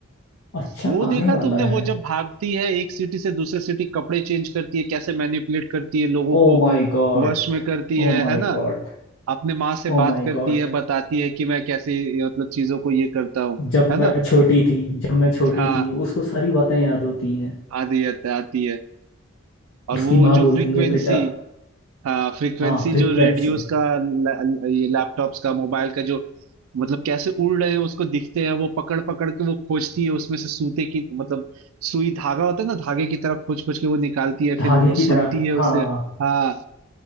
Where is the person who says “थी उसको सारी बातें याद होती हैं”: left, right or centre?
Left